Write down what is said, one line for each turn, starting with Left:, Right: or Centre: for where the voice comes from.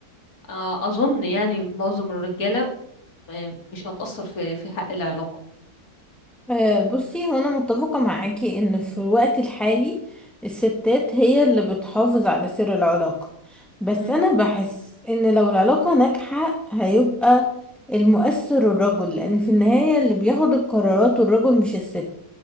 Left: آه، أظن يعني معظم الرجالة آه، مش هتأثر في في حق العلاقة
Centre: آه، بصي هو انا متفقة معاكي ان في الوقت الحالي الستات هي اللي بتحافظ على سر العلاقة بس
Left: امم
Centre: انا بحس ان لو العلاقة ناجحة هيبقى المؤثر الرجل لان في النهاية اللي بياخد القرارات الرجل مش الست